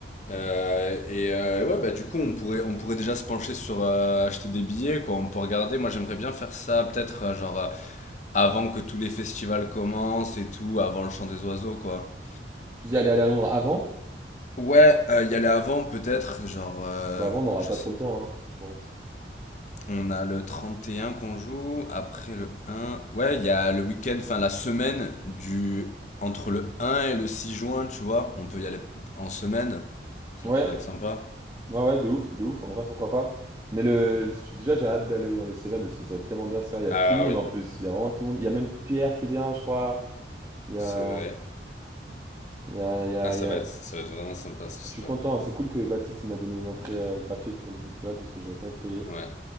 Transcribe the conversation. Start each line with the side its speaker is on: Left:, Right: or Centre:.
Left: Euh, et euh, ouais, bah du coup, on pourrait, on pourrait déjà se pencher sur euh, acheter des billets, quoi. On peut regarder. Moi, j'aimerais bien faire ça, peut-être, euh, genre, euh, avant que tous les festivals commencent et tout, avant le chant des oiseaux, quoi.
Right: Tu dis, allez, aller à Londres avant?
Left: Ouais, euh, y aller avant, peut-être, genre, euh,
Right: Bah, avant, on n'aura
Left: je
Right: pas
Left: sais.
Right: trop le temps, hein, je pense.
Left: On a le 31 qu'on joue, après le un Ouais, il y a le week-end, enfin, la semaine du. Entre le un et le 6 juin, tu vois. On peut y aller en semaine. Ça
Right: Ouais,
Left: pourrait être sympa.
Right: Ouais, ouais, de ouf, de ouf, en vrai, pourquoi pas. Mais le, le- déjà, j'ai hâte d'aller dans les Cévennes aussi, ça va être tellement bien ça. Il y a
Left: Ah
Right: tout le monde
Left: oui,
Right: en plus, il y a vraiment tout le monde. Il y a même Pierre qui vient, je crois. Il y
Left: c'est
Right: a,
Left: vrai.
Right: il y a, il y a,
Left: Ah, ça
Right: il y a-
Left: va être, ça va être vraiment sympa cette histoire.
Right: Je suis content, hein. c'est cool que Baptiste il m'a donné une entrée euh, gratuite pour le festival parce que j'avais pas envie de payer.
Left: Ouais.